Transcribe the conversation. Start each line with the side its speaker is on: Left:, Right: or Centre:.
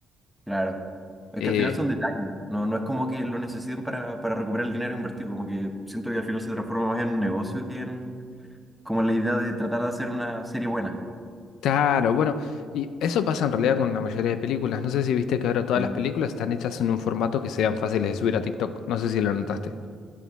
Centre: claro. Es
Left: Eh,
Centre: que al final son detalles, no, no es como que lo necesiten para, para recuperar el dinero invertido, como que siento que al final se transforma más en un negocio que en como la idea de tratar de hacer una serie buena.
Left: Claro, bueno, y eso pasa en realidad con la mayoría de películas. No sé si viste que ahora todas
Centre: Eh,
Left: las películas están hechas en un formato que sean fáciles de subir a TikTok. No sé si lo notaste.